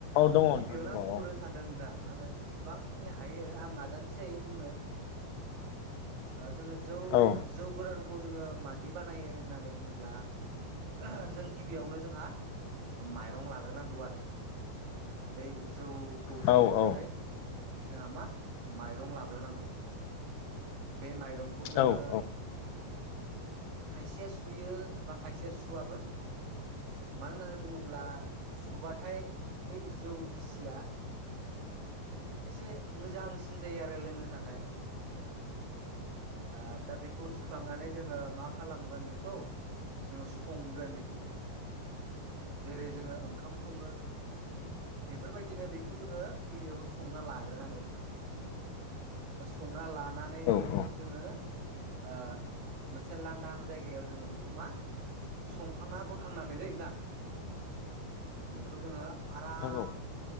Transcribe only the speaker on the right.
गिबियावनो
आं
बुंग्रोनो सानदों नोंथां आङो जेसेबांखिनि हायो आं नाजानोसै बुंनो ओ जो जौ
जौ गोरान खौ जोङो मादि बानायो होननानै बुङोब्ला <unintelligible> जों गिबियावनो जोंहा माइरं लाग्रोनांगौ आरो बे जौ खौ
सावनो
थाखाय जोंहा मा माइरं लाग्रोनांगौ बे माइरंखौ जोङो
खायसेया सुयो बा खायसेया सुवाबो मानो होननानै बुङोब्ला सुबाथाय बे जौ गिसिया एसे मोजांसिन जायो आरो लों नो थाखाय ओ दा बेखौ सुखांनानै जोङो मा खालामगोन बेखौ जोङो सं गोन बेखौ जेरै जोङो ओंखाम सङो। बेफोरबायद दिनो बेखौ जोङो गिबियावनोस संना लाग्रोनांगौ नोंथां दा संना लानानै
बेखौ जोङो ओ मोनसे लांदां जायगायाव जोङो बेखौ मा संखांना बोखांनानै दै नोंथां। बेखौ जोङो आराम